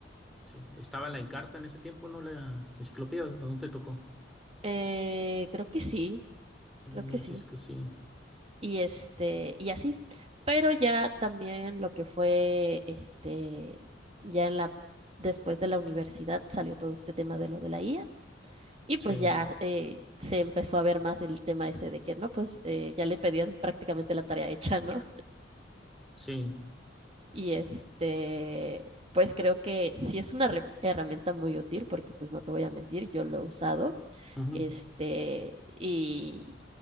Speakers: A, in the centre; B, on the right.
A: sí. Estaba en la Encarta en ese tiempo, ¿no? La enciclopedia, ¿a dónde te tocó?
B: Eh, creo que sí,
A: en
B: creo que
A: un
B: sí.
A: Cisco, sí,
B: Y este, y así. Pero ya también lo que fue, este, ya en la, después de la universidad salió todo este tema de lo de la IA. Y
A: sí,
B: pues ya eh, se empezó a ver más el tema ese de que, no, pues eh, ya le pedían prácticamente la tarea <laughs> hecha, ¿no?
A: sí.
B: Y este, pues creo que sí es una re- herramienta muy útil porque pues no te voy a mentir, yo lo he usado.
A: Ujú,
B: Este, y,